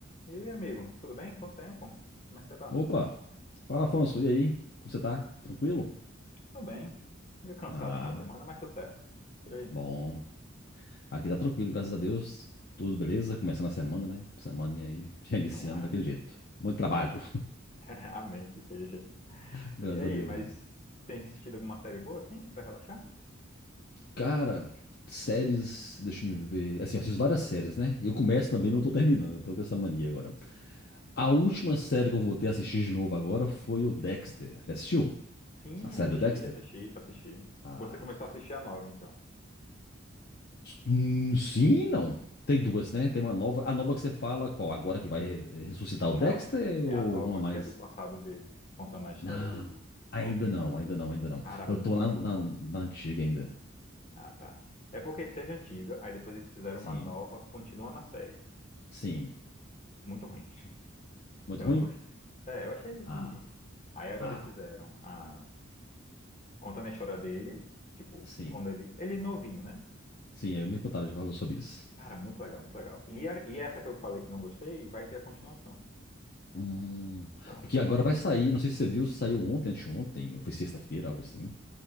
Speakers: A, on the left; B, on the left.
A: E aí, amigo, tudo bem? Quanto tempo? Como é que você tá?
B: Opa, fala Afonso, e aí? Como você tá? Tranquilo?
A: Tô bem. Meio cansado
B: Ah,
A: no final de semana, mas tudo certo. Por aí.
B: bom. Aqui tá tranquilo, graças a Deus. Tudo beleza? Começando a semana, né? Semana aí, <laughs> já iniciando
A: Não é?
B: daquele jeito. Muito trabalho,
A: <laughs> Amém que seja.
B: <laughs> graças
A: E aí,
B: a Deus.
A: mas tem assistido alguma série boa, assim, pra relaxar?
B: Cara, séries, deixa eu ver. Assim, eu assisto várias séries, né? E Eu começo também, não tô terminando, eu tô com essa mania agora. A última série que eu voltei a assistir de novo agora foi o Dexter. Já assistiu?
A: Sim,
B: A série
A: assisti,
B: do Dexter?
A: assisti, assisti.
B: Ah.
A: Você começou a assistir a nova, então?
B: Hum, Sim, e não. Tem duas, né? Tem uma nova. A nova que você fala, qual? Agora que vai re- ressuscitar o
A: Não,
B: Dexter ou
A: é a nova
B: uma mais?
A: que é do passado dele, contando a história
B: Não,
A: dele,
B: ainda
A: novinho.
B: não, ainda não, ainda não.
A: Cara,
B: Eu
A: muito
B: tô na, na,
A: boa.
B: na antiga ainda.
A: Ah, tá. É porque teve a antiga, aí depois eles fizeram
B: Sim,
A: uma nova, continua na série.
B: sim.
A: Muito ruim.
B: Muito
A: Eu
B: ruim?
A: não gostei. É, eu achei ruimzinho.
B: Ah,
A: Aí agora
B: ah,
A: eles fizeram a... Contando a história dele, tipo,
B: sim.
A: quando ele... Ele é novinho, né?
B: Sim, é, me contaram de falar sobre isso.
A: Cara, muito legal, muito legal. E, a- e essa que eu falei que não gostei, vai ter a continuação.
B: Hum,
A: Então,
B: porque agora vai sair, não sei se você viu, saiu ontem, anteontem, ou foi sexta-feira, algo assim.